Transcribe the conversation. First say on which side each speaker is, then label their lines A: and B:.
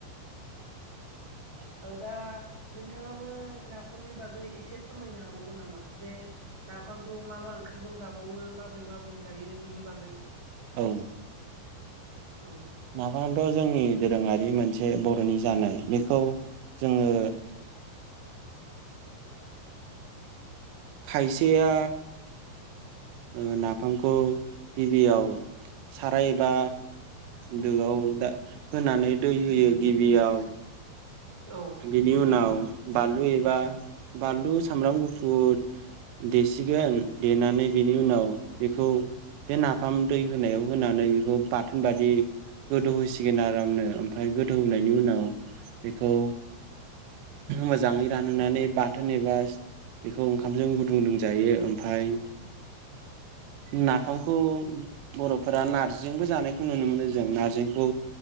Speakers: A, on the right (about 85°); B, on the right (about 20°).
A: <inaudible>
B: दा नोंथाङाबो नाफामनि बागै एसे फोरमायनो हाबावगोन नामा जे नाफामखौ मा मा ओंख्रिजों जाबावो माबोरै माबोरै जायो बेनि बागै
A: औ
B: उम
A: नाफामथ' जोंनि दोरोङारि मोनसे बर'नि जानाय बेखौ जोङो खायसेया ओ नाफामखौ गिबियाव साराय एबा दोआव दा होनानै दै होयो गिबियाव
B: औ
A: बिनि उनाव बानलु एबा बानलु सामब्राम गुफुर देसिगोन देनानै बेनि उनाव बेखौ बे नाफाम दै होनायाव होनानै बेखौ बाथोन बादि गोदौहोसिगोन आरामनो ओमफ्राय गोदौहोनायनि उनाव बेखौ मोजांङै रानहोनानै बाथोन एबा बेखौ ओंखामजों गुदुं लुंजायो ओमफ्राय नाफामखौ बर'फोरा नारजिबो जानायखौ नुनो मोनो जों नारजिखौ